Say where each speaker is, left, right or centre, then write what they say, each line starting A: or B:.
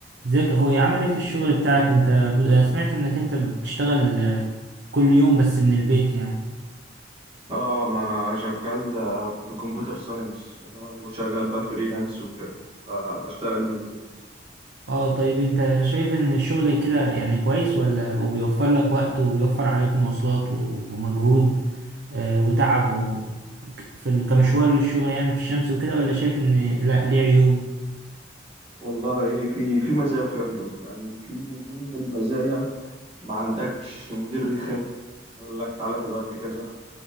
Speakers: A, on the right; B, on the right.
A: ازيك يا اخويا عامل ايه في الشغل بتاعك انت ب- انا سمعت انك انت بتشتغل آه، كل يوم بس من البيت يعني
B: اه ما انا شغال آه، في كمبيوتر ساينس وشغال بقى فريلانس وكده فبشتغل من البيت
A: اه طيب انت شايف ان الشغل كده يعني كويس ولا وبيوفر لك وقت وبيوفر عليك مواصلات و- ومجهود آه، وتعب و... في ال- كمشوار للشغل يعني في الشمس وكده ولا شايف ان لا ليه عيوب
B: والله في في مزايا وفي عيوب يعني في من ضمن المزايا ما عندكش مدير رخم يقول لك تعالى في الوقت كذا